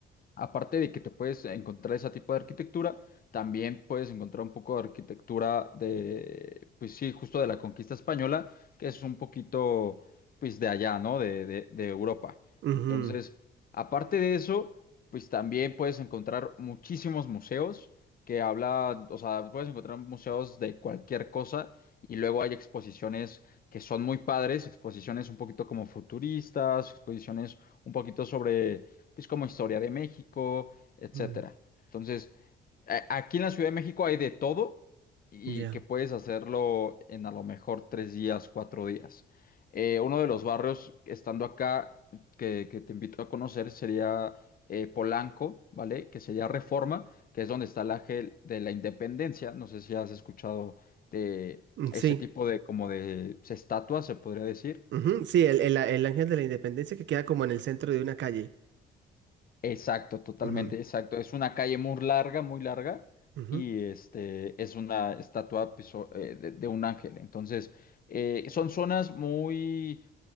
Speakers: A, on the left; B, on the right.
A: Aparte de que te puedes encontrar ese tipo de arquitectura, también puedes encontrar un poco de arquitectura de, pues sí, justo de la conquista española, que es un poquito, pues de allá, ¿no? De, de- de Europa.
B: ujú,
A: Entonces, aparte de eso, pues también puedes encontrar muchísimos museos que habla, o sea, puedes encontrar museos de cualquier cosa y luego hay exposiciones que son muy padres, exposiciones un poquito como futuristas, exposiciones un poquito sobre pues como historia de México, etcétera.
B: ujú,
A: Entonces, a- aquí en la Ciudad de México hay de todo y
B: Ya.
A: que puedes hacerlo en a lo mejor tres días, cuatro días. Eh, uno de los barrios estando acá que, que te invito a conocer sería eh, Polanco, ¿vale? Que sería Reforma, que es donde está el Ángel de la Independencia. No sé si has escuchado de
B: Mm,
A: ese
B: Sí.
A: tipo de como de estatuas, se podría decir.
B: ujú, Sí, el, el- el Ángel de la Independencia que queda como en el centro de una calle.
A: Exacto, totalmente,
B: Ujú,
A: exacto. Es una calle muy larga, muy larga,
B: ujú.
A: y este es una estatua pues, o- eh, de, de un ángel. Entonces, eh, son zonas muy,